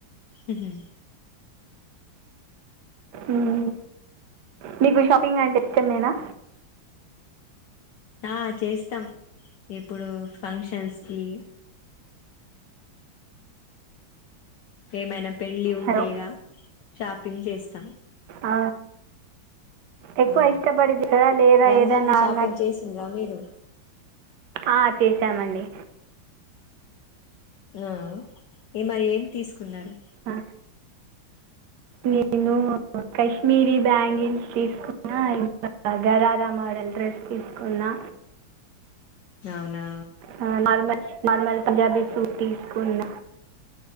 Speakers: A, on the left; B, on the right.
A: ఉహ్
B: ఉమ్ మీకు షాపింగ్ అంటే ఇష్టమేనా
A: ఆ చేస్తాం ఇప్పుడో ఫంక్షన్స్ కి ఏమైన పెళ్లి ఉంటే
B: హలో
A: ఇగ షాపింగ్ చేస్తాం
B: ఆ ఎక్కువ
A: ఆ
B: ఇష్టపడిద్ది కదా లేదా
A: రంజాన్
B: ఏద
A: కి
B: నా
A: షాపింగ్
B: న
A: చేసిండ్రా మీరు
B: ఆ చేసామండి
A: ఆ ఈ మ ఏమ్ తీసుకున్నారు
B: త నేను కశ్మీరీ బ్యాంగిల్స్ తీసుకున్నా ఇగారారా మోడల్ డ్రెస్ తీసుకున్నా
A: అవునా
B: ఆ, నార్మల్ నార్మల్ పంజాబీ సూట్ తీసుకున్న